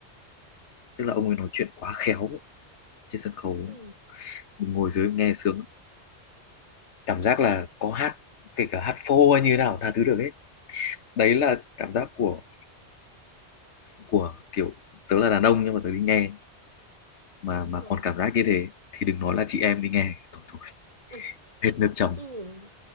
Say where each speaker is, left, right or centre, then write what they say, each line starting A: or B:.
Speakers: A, on the left (about 85°); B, on the right (about 35°).
A: Tức là ông ấy nói chuyện quá khéo ấy. Trên sân khấu
B: ừ
A: mình ngồi dưới nghe sướng cảm giác là có hát kể cả hát phô hay như thế nào tha thứ được hết. Đấy là cảm giác của của kiểu tớ là đàn ông nhưng mà tớ đi nghe mà mà
B: ờ.
A: còn cảm giác như thế thì đừng nói là chị em đi nghe. Thôi thôi
B: <laughs>
A: hết nước chấm.
B: nhìn